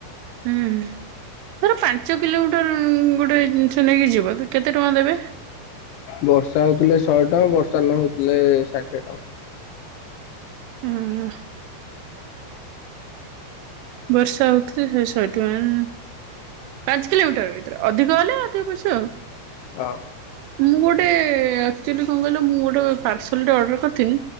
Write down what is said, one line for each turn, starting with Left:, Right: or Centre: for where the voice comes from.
Right: ହୁଁ ଧର ପାଞ୍ଚ କିଲୋମିଟର ଗୋଟେ ଜିନିଷ ନେଇକି ଯିବ ତ କେତେ ଟଙ୍କା ଦେବେ?
Left: ବର୍ଷା ହଉଥିଲେ ଶହେ ଟଙ୍କା, ବର୍ଷା ନ ହଉଥିଲେ ଷାଠିଏ ଟଙ୍କା।
Right: ହୁଁ। ବର୍ଷା ହଉଥିଲେ ସେ ଶହେ ଟଙ୍କା ପାଞ୍ଚ କିଲୋମିଟର ଭିତରେ ଅଧିକ ହେଲେ ଅଧିକ ପଇସା ଆଉ।
Left: ହଁ।
Right: ମୁଁ ଗୋଟେ ଆକ୍ଚୁଆଲି କଣ କହିଲ, ମୁଁ ଗୋଟେ ପାର୍ସଲଟେ ଅର୍ଡ଼ର କରିଥିଲି।